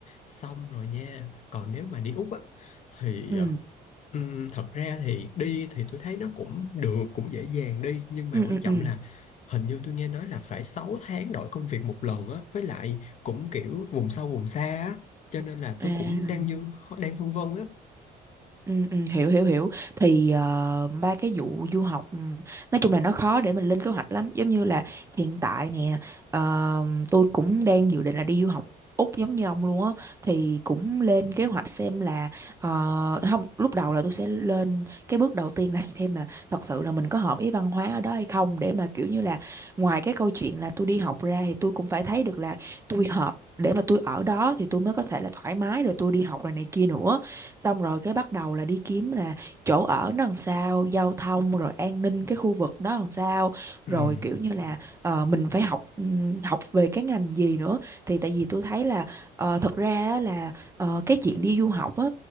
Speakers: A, on the left; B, on the right.
A: xong rồi nha còn nếu mà đi Úc á thì
B: ừ
A: ờ, Ừm, thật ra thì đi thì tôi thấy nó cũng được cũng dễ dàng đi nhưng mà
B: ừ
A: quan
B: ừ
A: trọng
B: ừ.
A: là hình như tôi nghe nói là phải 6 tháng đổi công việc một lần á với lại cũng kiểu vùng sâu vùng xa á cho nên là tôi
B: à
A: cũng đang như đang vương vân á
B: Ừ, ừ, hiểu hiểu hiểu thì ờ, ba cái vụ du học ừ, nói chung là nó khó để mình lên kế hoạch lắm giống như là hiện tại nè ờ, tôi cũng đang dự định là đi du học Úc giống như ông luôn á thì cũng lên kế hoạch xem là ờ, không lúc đầu là tôi sẽ lên cái bước đầu tiên là xem là thật sự là mình có hợp với văn hóa ở đó hay không để mà kiểu như là ngoài cái câu chuyện là tôi đi học ra thì tôi cũng phải thấy được là tôi hợp để mà tôi ở đó thì tôi mới có thể là thoải mái rồi tôi đi học rồi này kia nữa xong rồi cái bắt đầu là đi kiếm là chỗ ở nó làm sao giao thông rồi an ninh cái khu vực đó làm sao
A: Ừm,
B: rồi kiểu như là ờ, mình phải học ừm, học về cái ngành gì nữa thì tại vì tôi thấy là ờ, thật ra á là ờ, cái chuyện đi du học á